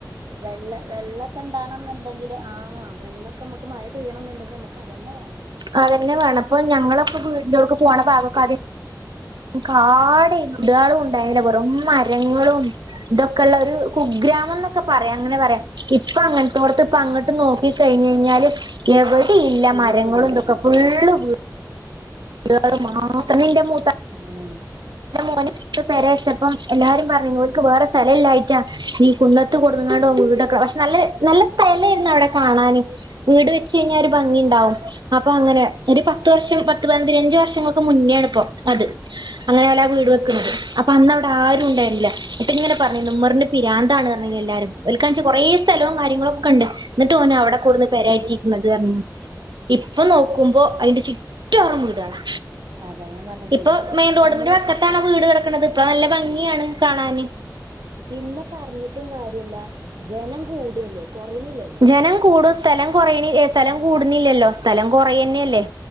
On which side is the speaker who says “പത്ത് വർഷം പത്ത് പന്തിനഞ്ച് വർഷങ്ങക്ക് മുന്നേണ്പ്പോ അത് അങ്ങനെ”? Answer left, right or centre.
Right